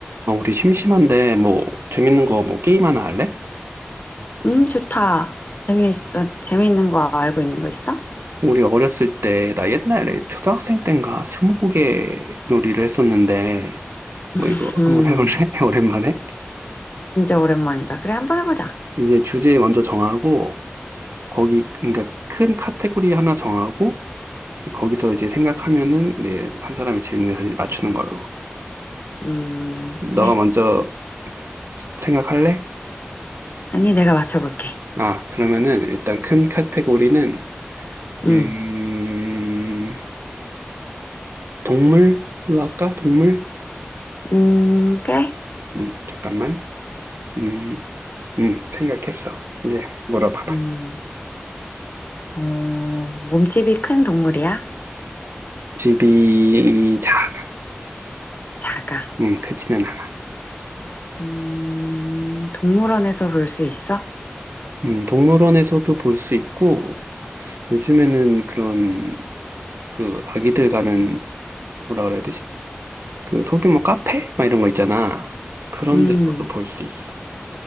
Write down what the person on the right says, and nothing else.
어, 우리 심심한데 뭐 재밌는 거 뭐 게임 하나 할래?
우리 어렸을 때 나 옛날에 초등학생 땐가 스무고개 놀이를 했었는데
뭐 이거 한번 해볼래? <laughs> 오랜만에?
이제 주제 먼저 정하고 거기 그러니까 큰 카테고리 하나 정하고 거기서 이제 생각하면은 이제 한 사람이 질문해서 이제 맞추는 걸로.
너가
먼저 생각할래?
아, 그러면은 일단 큰 카테고리는
음 동물로 할까? 동물?
음, 잠깐만. 음, 음, 생각했어. 이제 물어봐봐.
집이 작아.
음, 크지는 않아.
음, 동물원에서도 볼 수 있고, 요즘에는 그런, 그, 아기들 가는, 뭐라 그래야 되지? 그, 소규모 카페? 막 이런 거 있잖아. 그런
데서도 볼 수 있어.